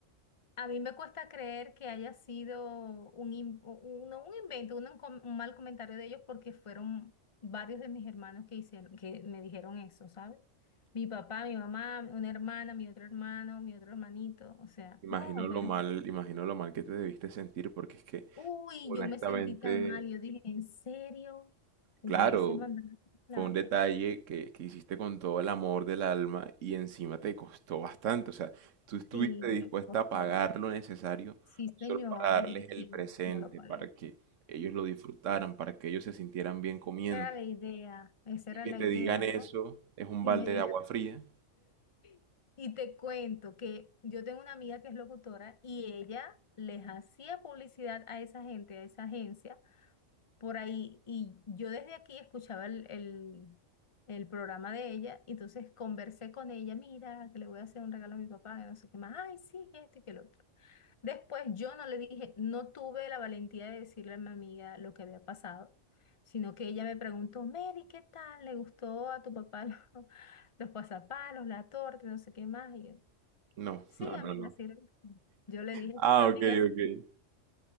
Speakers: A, on the left (about 50°); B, on the right (about 75°).
A: a mí me cuesta creer que haya sido un, in- un, no, un invento, un, com- un mal comentario de ellos porque fueron varios de mis hermanos que hicieron, que me dijeron eso, ¿sabes? Mi papá, mi mamá, una hermana, mi otro hermano, mi otro hermanito, o sea,
B: imagino
A: no,
B: lo
A: pero,
B: mal, imagino lo mal que te debiste sentir porque es que,
A: uy,
B: honestamente,
A: yo me sentí tan mal, yo dije, ¿en serio? Hubiese
B: claro,
A: mandado esa plata.
B: Fue un detalle que, que hiciste con todo el amor del alma y encima te costó bastante. O sea, tú estuviste
A: Sí,
B: dispuesta
A: me costó.
B: a pagar lo necesario
A: Sí,
B: solo
A: señor,
B: para darles
A: desde aquí
B: el presente,
A: yo lo pagué.
B: para que ellos lo disfrutaran, para que ellos se sintieran bien comiendo.
A: Esa era la idea, esa
B: Y
A: era
B: que
A: la
B: te
A: idea,
B: digan eso
A: ¿no?
B: es un
A: Y
B: balde
A: me dijo,
B: de agua fría.
A: <laughs> y te cuento que yo tengo una amiga que es locutora y ella les hacía publicidad a esa gente, a esa agencia, por ahí, y yo desde aquí escuchaba el, el, el programa de ella, y entonces conversé con ella, mira, que le voy a hacer un regalo a mi papá, que no sé qué más, ay, sí, que esto y que el otro. Después yo no le dije, no tuve la valentía de decirle a mi amiga lo que había pasado, sino que ella me preguntó, Mary, ¿qué tal? ¿Le gustó a tu papá los, <laughs> los pasapalos, la torta, no sé qué más? Y yo,
B: No,
A: sí,
B: no,
A: amiga,
B: no, no.
A: sí. le gustó". Yo le dije,
B: Ah,
A: sí, amiga,
B: ok,
A: sí".
B: ok.